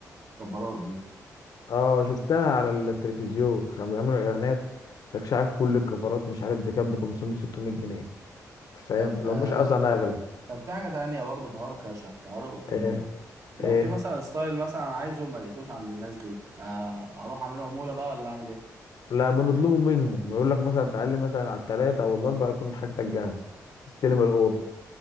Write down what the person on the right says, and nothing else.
الكبارات دي
طب
آه،
طب
طب في حاجه تانية برضه في حوار الخشب في حوار اوضه النوم
لو
في مثلا ستايل مثلا عايزه ما لقيتوش عند الناس دي آه، اروح اعمله عموله بقى ولا اعمل ايه